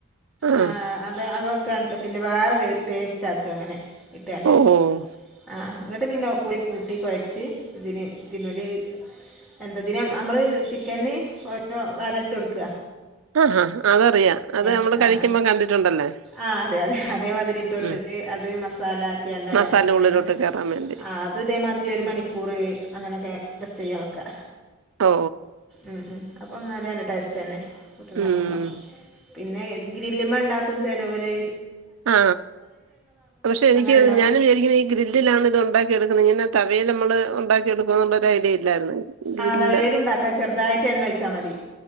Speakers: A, on the right; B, in the centre.
A: ആഹ്
B: ആ അതെ അതൊക്കണ്ട് പിന്നെ വാറെ പേ പേസ്റ്റാക്ക അങ്ങനെ. ഇട്ടാണ്ട്
A: ഓഹ്
B: ആ ഇന്നിട്ടു പിന്നെ ഒക്കൂടി കൂട്ടി കൊയ്ച്ച് ഇതിന് ഇതിനൾമ്മെല് എന്തെതിനും അമ്മള് ചിക്കന് ഓരോ വരട്ടൊട്ക്ക
A: ആ ആ അതറിയാ അത് നമ്മള്
B: ആ
A: കഴിക്കുമ്പം
B: ആ
A: കണ്ടിട്ടുണ്ടല്ലേ
B: ആ അതെ അതെ അതേമാതിരി ഇട്ട്കൊടുത്തിട്ട്
A: ഉം
B: അത് മസാല ആക്ക്യാണ്ടങ്
A: മസാല
B: ഇട്ട്
A: ഉള്ളിലോട്ട് കേറാൻ വേണ്ടി
B: ആ അത് ഇതേമാതിരി ഒരു
A: ഉം.
B: മണിക്കൂറ് അങ്ങനെക്കെ റെസ്റ്റെയ്യാ വെ ക്ക.
A: ഓ
B: ഉം ഉം അപ്പൊന്നാല നല്ല ടേസ്റ്റെന്നെ വിട്ട്ണ്ടാക്കുമ്പോ.
A: ഉം
B: പിന്നെ ഗ്രില്ലുമ്മേണ്ടാക്കും ചെലോര്
A: ആ പകൾഷെ എനിക്ക്
B: അങ്ങനെ ഉണ്ടാക്കും
A: ഞാനും വിചാരിക്കുന്നെ ഈ ഗ്രില്ലിലാണ് ഇത് ഒണ്ടാക്കി എടുക്കുന്നെ ഇങ്ങനെ ത വയിൽ നമ്മള് ഒണ്ടാക്കിയെടുക്കും എന്നുള്ള ഒരു ഐഡിയ ഇല്ലായിരുന്നു. ഗ്രില്ല്
B: ആ തവേലുണ്ടാക്കാ ചെറുതായിട്ട് എണ്ണ ഒയ്ച്ചാ മതി